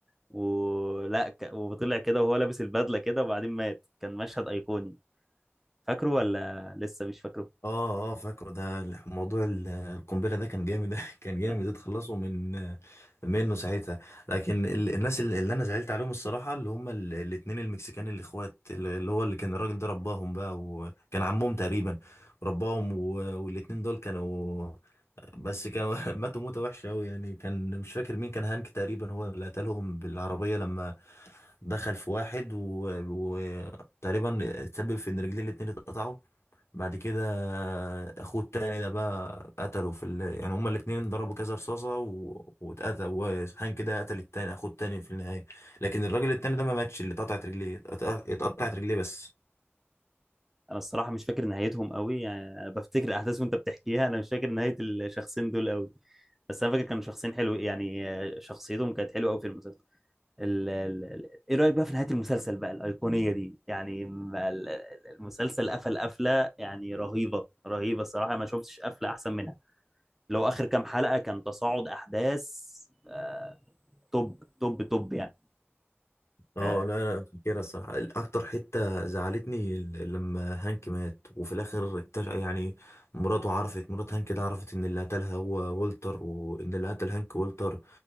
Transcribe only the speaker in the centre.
ولا ك... وطلع كده وهو لابس البدلة كده وبعدين مات كان مشهد ايقوني فاكره ولا لسه مش فاكره
<laughs>
انا الصراحه مش فاكر نهايتهم قوي يعني انا بفتكر الاحداث وانت بتحكيها انا مش فاكر نهايه الشخصين دول قوي بس انا فاكر كانوا شخصين حلو يعني آه، شخصيتهم كانت حلوه قوي في المسلسل ال... ال... ال- ايه رايك بقى في نهايه المسلسل بقى الايقونيه دي يعني ما ال- ال- المسلسل قفل قفله يعني رهيبه رهيبه الصراحه ما شفتش قفله احسن منها لو اخر كام حلقه كان تصاعد احداث آه، توب توب توب يعني
آه،